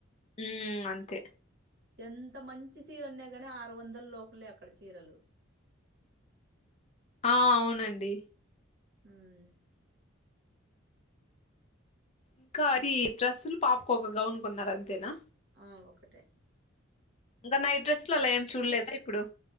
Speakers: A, on the left (about 35°); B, on the right (about 55°).
A: ఉమ్ అంతే
B: ఎంత మంచి చీరన్నా గని ఆరు వందల్లోపలే అక్కడ చీరలు
A: ఆ అవునండి
B: హ్మ్
A: ఇంక అది డ్రస్సులు పాపకు ఒక గౌన్ కొన్నారంతేనా
B: ఆ ఒకటే
A: ఇంక నైట్ డ్రెస్లు అలా ఏం చూడలేదా ఇప్పుడు